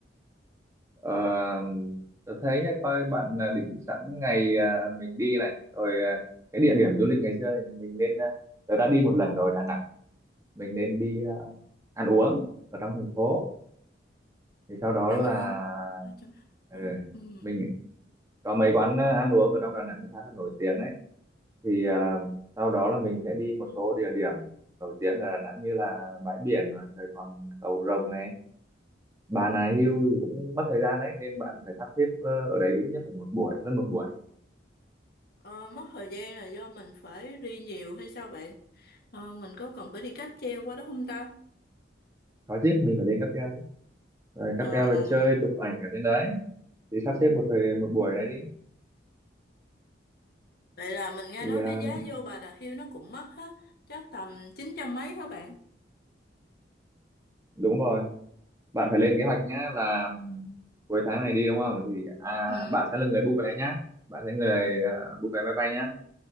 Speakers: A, on the right (about 15°); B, on the left (about 60°).
A: ờ, tôi thấy nhá, coi bạn là định sẵn ngày à, mình đi này rồi à, cái địa điểm du lịch ngày xưa thì mình nên à, tôi đã đi một lần rồi Đà Nẵng mình nên đi à, ăn uống ở trong thành phố thì sau đó
B: ăn
A: là
B: uống ở trong thành
A: ừ,
B: phố ừ.
A: mình có mấy quán à, ăn uống ở trong Đà Nẵng khá là nổi tiếng đấy thì à, sau đó là mình sẽ đi một số địa điểm nổi tiếng ở Đà Nẵng như là bãi biển này, rồi còn cầu Rồng này Bà Nà Hills thì cũng mất thời gian đấy nên bạn phải sắp xếp ờ, ở đấy ít nhất phải một buổi hơn một buổi
B: Ờ, mất thời gian là do mình phải đi nhiều hay sao bạn? Ờ, mình có cần phải đi cáp treo qua đó không ta?
A: có chứ mình phải lên cáp treo chứ rồi cáp
B: Ờ,
A: treo rồi
B: ờ.
A: chơi chụp ảnh ở trên đấy thì sắp xếp một thời một buổi đấy đi
B: Vậy là mình nghe
A: thì
B: nói
A: à,
B: cái giá vô Bà Nà Hills nó cũng mắc hết, chắc tầm 900 mấy hả bạn?
A: đúng rồi bạn phải lên kế hoạch nhá là ừm, cuối tháng này đi đúng không thì à,
B: Ừ,
A: bạn sẽ là người book vé nhá bạn sẽ người à, book vé máy bay nhá